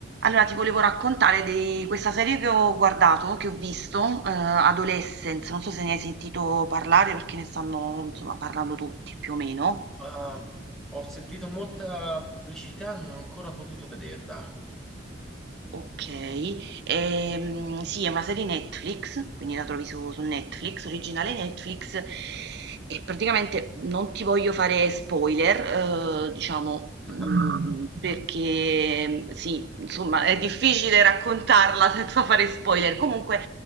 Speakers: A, on the right; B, in the centre.
A: Allora, ti volevo raccontare di questa serie che ho guardato, che ho visto, eh, Adolescence, non so se ne hai sentito parlare perché ne stanno, insomma, parlando tutti più o meno.
B: Ah, ho sentito molta pubblicità, non ho ancora potuto vederla.
A: Okay. Ehm, sì, è una serie Netflix, quindi la trovi su su Netflix, originale Netflix, e praticamente non ti voglio fare spoiler, uhm, diciamo,
B: <laughs>
A: mhmm, perché sì, insomma, è difficile raccontarla <laughs> senza fare spoiler. Comunque,